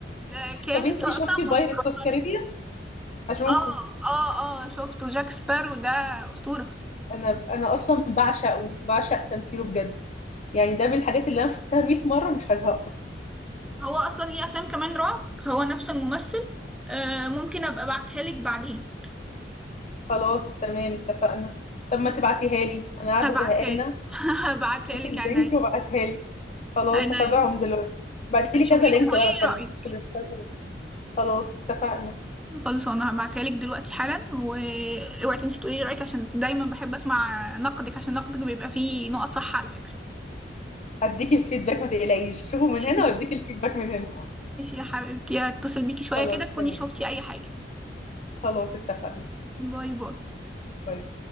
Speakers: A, in the centre; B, on the left.
A: ده كانت
B: طب انت
A: لقطة
B: شفتي بايرتس
A: مسخرة
B: اوف كاريبيان اشوفه
A: اه اه اه شفته جاك سبارو ده أسطورة
B: انا انا اصلا بعشقه بعشق تمثيله بجد يعني ده من الحاجات اللي انا شفتها 100 مرة مش هزهق اصلا
A: هو أصلا ليه أفلام كمان رعب هو نفس الممثل آه ممكن أبقى أبعتها لك بعدين
B: خلاص تمام اتفقنا طب ما تبعتيها لي انا قاعدة
A: هبعتها
B: زهقانة
A: لك <laughs> هبعتها
B: شوفي
A: لك
B: اللينك
A: عيني
B: وابعتها لي خلاص
A: عيني
B: هتابعهم دلوقتي بعتي لي
A: شوفيهم
B: كذا لينك
A: وقولي
B: بقى ما
A: لي
B: تخليكيش
A: رأيك
B: في الارسال كله. خلاص اتفقنا
A: خلاص انا هبعتها لك دلوقتي حالا واوعي تنسي تقولي لي رايك عشان دايما بحب اسمع نقدك عشان نقدك بيبقى فيه نقط صح على فكره
B: هديكي الفيدباك ما تقلقيش شوفوا من
A: <laughs>
B: هنا
A: ماشي
B: واديكي الفيدباك من هنا
A: ماشي يا حبيبتي هتصل بيكي شويه
B: خلاص
A: كده تكوني
B: تمام
A: شفتي اي حاجه
B: خلاص اتفقنا
A: باي باي
B: باي